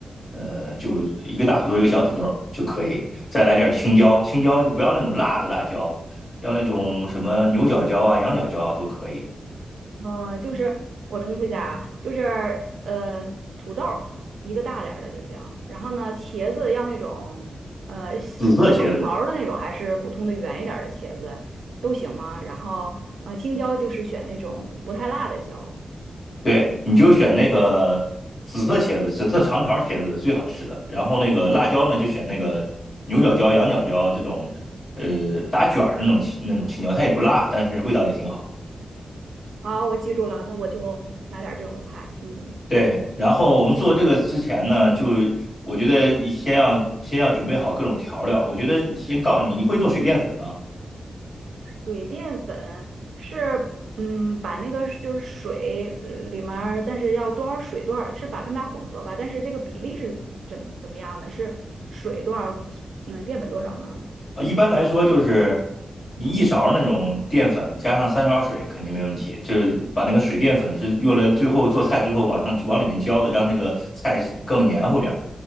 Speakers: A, on the left (about 40°); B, on the right (about 75°).
A: 呃，就一个大土豆一个小土豆就可以。再来点青椒，青椒就不要那种辣的辣椒，要那种什么牛角椒啊、羊角椒啊都可以。
B: 呃，就是我重复一下啊，就是呃，土豆儿一个大点儿的就行，然后呢，茄子要那种呃细长条儿的那种，
A: 紫色茄子
B: 还是普通的圆一点儿的茄子都行吗？然后呃，青椒就是选那种不太辣的椒。
A: 对，你就选那个紫色茄子，紫色长条茄子最好吃的。然后那个辣椒呢，就选那个牛角椒、羊角椒这种，呃，打卷儿那种青那种青椒，它也不辣，但是味道也挺好。
B: 好，我记住了，那我就买点儿这种菜。嗯。
A: 对，然后我们做这个之前呢，就我觉得先要先要准备好各种调料。我觉得先告诉你，你会做水淀粉吗？
B: 水淀粉是，嗯，把那个是就是水呃里面儿但是要多少水多少，是把它们俩混合吧？但是这个比例是怎么怎么样的？是水多少，嗯，淀粉多少呢？
A: 啊，一般来说就是你一勺那种淀粉加上三勺水肯定没问题，就是把那个水淀粉是用来最后做菜之后往上往里面浇的，让那个菜更黏糊点儿。